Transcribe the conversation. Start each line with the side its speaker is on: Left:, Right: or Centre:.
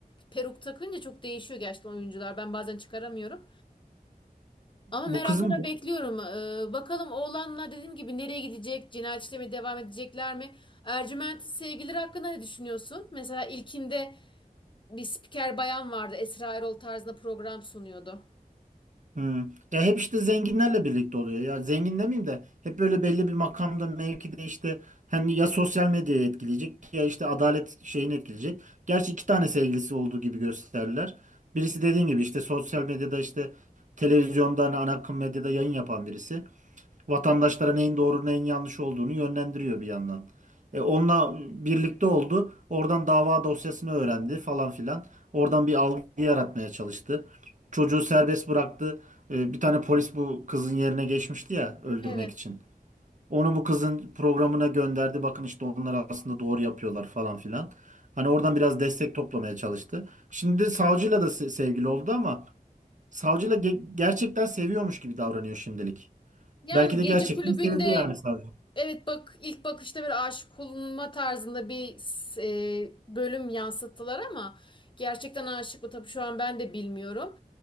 Left: peruk takınca çok değişiyor gerçekten oyuncular. Ben bazen çıkaramıyorum. Ama
Right: Bu
Left: merakla
Right: kızım
Left: da bekliyorum. Ee, bakalım oğlanla dediğim gibi nereye gidecek? Cinayet işlemeye devam edecekler mi? Ercüment'in sevgilileri hakkında ne düşünüyorsun? Mesela ilkinde bir spiker bayan vardı. Esra Erol tarzında program sunuyordu.
Right: Hmm. Ya hep işte zenginlerle birlikte oluyor. Ya zengin demeyeyim de hep böyle belli bir makamda, mevkide işte hani ya sosyal medyayı etkileyecek ya işte adalet şeyini etkileyecek. Gerçi iki tane sevgilisi olduğu gibi gösterirler. Birisi dediğin gibi işte sosyal medyada işte televizyonda hani ana akım medyada yayın yapan birisi. Vatandaşlara neyin doğru neyin yanlış olduğunu yönlendiriyor bir yandan. E, onunla birlikte oldu. Oradan dava dosyasını öğrendi falan filan. Oradan bir algı yaratmaya çalıştı. Çocuğu serbest bıraktı. E, bir tane polis bu kızın yerine geçmişti ya öldürmek
Left: Evet.
Right: için. Onu bu kızın programına gönderdi. Bakın işte onlar aslında doğru yapıyorlar falan filan. Hani oradan biraz destek toplamaya çalıştı. Şimdi savcıyla da se- sevgili oldu ama savcıyla ge- gerçekten seviyormuş gibi davranıyor şimdilik.
Left: Yani
Right: Belki de
Left: gece
Right: gerçekten
Left: kulübünde
Right: sevdi yani savcı.
Left: Evet bak ilk bakışta bir aşık olunma tarzında bir e, bölüm yansıttılar ama gerçekten aşık mı tabii şu an ben de bilmiyorum.